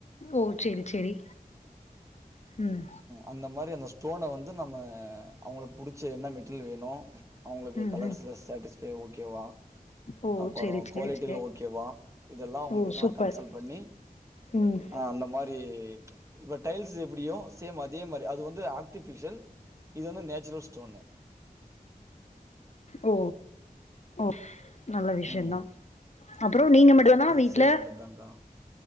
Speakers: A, on the left; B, on the right.
A: ஓ செரி செரி ம்
B: அந்த மாரி அந்த ஸ்டோன வந்து நம்ம அவங்களுக்கு புடிச்ச என்ன மெட்டிரியல் வேணு அவுங்களுக்கு
A: ம்
B: கலர்ஸ்ல
A: ம்
B: சேட்டிஸ்பை ஓகேவா
A: ஓ
B: அப்பறோ
A: செரி செரி
B: குவாலிட்டிலா
A: செரி
B: ஓகேவா இதெல்லா அவங்ககிட்ட
A: ஓ சூப்பர்
B: நா கன்சல் பண்ணி
A: ம்
B: ஆ அந்த மாரி இப்ப டைல்ஸ் எப்டியோ சேம் அதே மாரி அது வந்து ஆர்ட்டிபிஷியல் இது வந்து நேச்சுரல் ஸ்டோன்னு
A: ஓ ஓ நல்ல விஷயந்தா
B: ம்
A: அப்றோ நீங்க மட் டு தானா
B: அது
A: வீட்ல
B: சேல் பண்றதுதான்க்கா